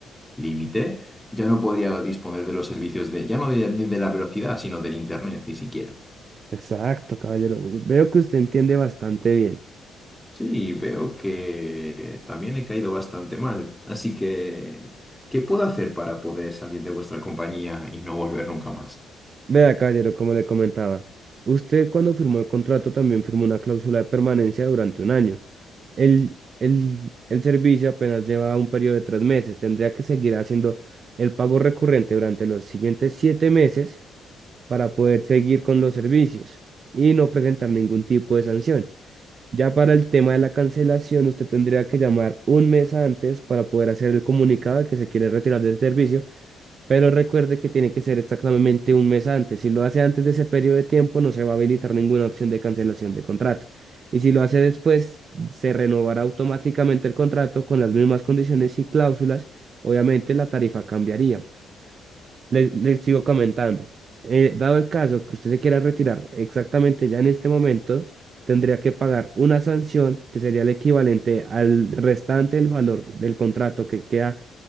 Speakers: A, in the centre; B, on the right (about 50°).
A: límite, ya no podría disponer de los servicios de, ya no de, ni de la velocidad, sino del internet, ni siquiera.
B: Exacto, caballero. Veo que usted entiende bastante bien.
A: Sí, veo que también he caído bastante mal. Así que, ¿qué puedo hacer para poder salir de vuestra compañía y no volver nunca más?
B: Vea, caballero, como le comentaba, usted cuando firmó el contrato también firmó una cláusula de permanencia durante un año. El, el, el servicio apenas lleva un periodo de tres meses. Tendría que seguir haciendo el pago recurrente durante los siguientes siete meses para poder seguir con los servicios y no presentar ningún tipo de sanción. Ya para el tema de la cancelación, usted tendría que llamar un mes antes para poder hacer el comunicado de que se quiere retirar del servicio pero recuerde que tiene que ser exactamente un mes antes. Si lo hace antes de ese periodo de tiempo, no se va a habilitar ninguna opción de cancelación de contrato. Y si lo hace después, se renovará automáticamente el contrato con las mismas condiciones y cláusulas. Obviamente la tarifa cambiaría. Les, les sigo comentando. Eh, dado el caso que usted se quiera retirar exactamente ya en este momento, tendría que pagar una sanción que sería el equivalente al restante del valor del contrato que queda